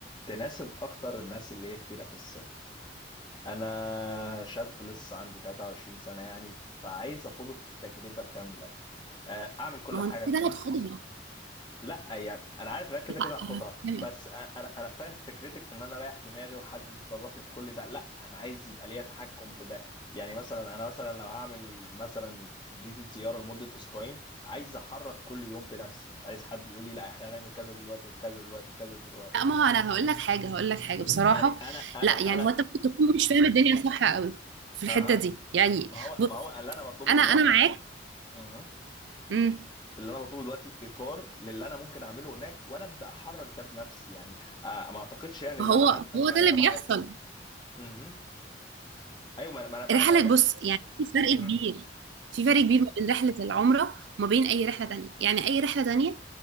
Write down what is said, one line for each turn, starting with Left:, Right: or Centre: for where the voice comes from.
Left: تناسب اكتر الناس اللي هي كبيرة في السن انا شاب لسه عندي 23 سنة يعني فعايز اخد التجربة كاملة آه، اعمل كل
Right: ما هو
Left: حاجة
Right: انت كده
Left: بنفسي
Right: هتاخدها
Left: لا يعني انا عارف ان انا كده
Right: لا
Left: كده هاخدها
Right: هفهمك
Left: بس أ- انا انا فاهم فكرتك في ان انا رايح دماغي وحد بيتصرف لي في كل ده لا انا عايز يبقى ليا تحكم في ده يعني مثلا انا مثلا لو هعمل مثلا فيزة زيارة لمدة اسبوعين عايز احرك كل يوم بنفسي مش عايز حد يقول لي لا احنا هنعمل كذا دلوقتي وكذا دلوقتي وكذا دلوقتي
Right: لا ما هو انا هقول لك حاجه هقول لك حاجه بصراحه
Left: يعني انا انا
Right: لا يعني
Left: انا
Right: هو انت ممكن تكون مش فاهم الدنيا صح قوي في الحته
Left: اها
Right: دي
Left: مم.
Right: يعني
Left: ما هو
Right: بص
Left: ما هو اللي انا بطلبه
Right: انا
Left: دلوقتي
Right: انا معاك
Left: مهم.
Right: امم
Left: اللي انا بطلبه دلوقتي اطار للي انا ممكن اعمله هناك وانا ابدا احرك ده بنفسي يعني آه ما اعتقدش يعني
Right: ما
Left: ان
Right: هو
Left: انا هغلب
Right: هو
Left: يعني
Right: ده اللي
Left: انا
Right: بيحصل
Left: معايا مهم. ايوه ما ما ما
Right: رحلة
Left: انا ما أنا جات
Right: بص يعني في فرق
Left: مم.
Right: كبير في فرق كبير ما بين رحلة العمرة وما بين أي رحلة تانية يعني أي رحلة تانية